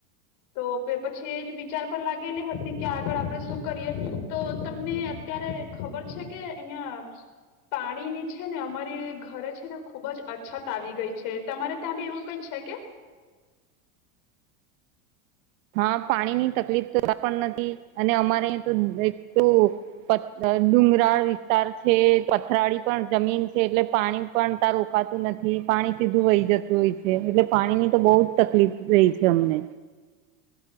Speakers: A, on the left (about 50°); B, on the right (about 70°).
A: તો પછી એ જ વિચાર પર લાગેલી હતી કે આગળ આપડે શું કરીએ તો તમને અત્યારે ખબર છે કે અહિયાં પાણી ની છે ને અમારી ઘરે છે ને ખુબ જ અછત આવી ગઈ છે તમારે ત્યાં બી એવું કઈ છે કે
B: હા પાણીની તકલીફ તો પણ નથી અને અમારે અહી તો એક પ ડુંગરાળ વિસ્તાર છે પથરાળી પણ જમીન છે, એટલે પાણી પણ ત્યાં રોકાતું નથી પાણી સીધું વહી જતું હોય છે એટલે પાણીની તો બહુ જ તકલીફ રહી છે અમને